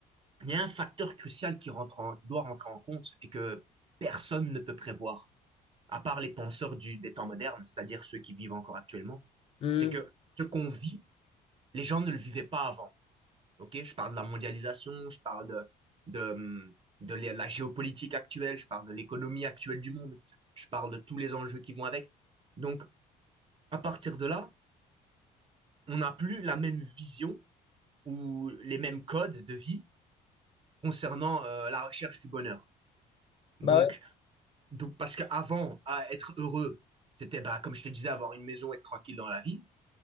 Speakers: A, on the right; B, on the left.
A: il y a un facteur crucial qui rentre en- doit rentrer en compte et que personne ne peut prévoir, à part les penseurs du, des temps modernes, c'est-à-dire ceux qui vivent encore actuellement.
B: hum.
A: C'est que ce qu'on vit, les gens ne le vivaient pas avant. OK? Je parle de la mondialisation, je parle de, de, de la la géopolitique actuelle, je parle de l'économie actuelle du monde, je parle de tous les enjeux qui vont avec. Donc, à partir de là, on n'a plus la même vision ou les mêmes codes de vie concernant euh, la recherche du bonheur. Donc,
B: Bah ouais.
A: donc parce qu'avant, à être heureux, c'était, bah, comme je te disais, avoir une maison, être tranquille dans la vie.